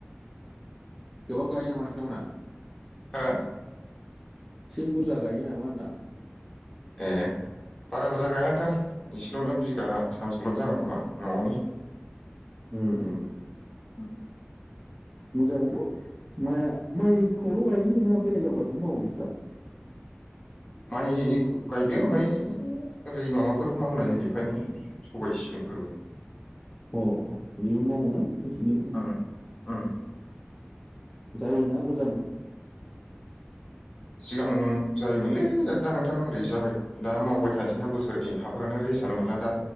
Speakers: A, in the centre; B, on the left (about 25°).
A: गोबां गायो नामा नोंथांमोना
B: हो
A: एसे बुरजा गायो नामा होनदां
B: ए बारा बुरजा गाया नोंथां एसेल'नो बिगा सानसेल'नो जागोन खोमा न'आवनि
A: उम
B: हम
A: मोजाङानो माइ माइखौल' गायो ना बेलेग आबादबो मावो नोंस्रा
B: माइ गायो ओमफ्राय ओरै माबाफोरबो मावनाय सबाय सिबिंफोरबो
A: अ बिदिबो मावोना नोंसिनिखै
B: उम उम
A: जायोना मोजां
B: सिगां जायोमोनलै दा नोंथां ओरै जाबाय दा मावबाय थानोसैना बोसोरै हाफोरानो ओरै सानो मोनला दा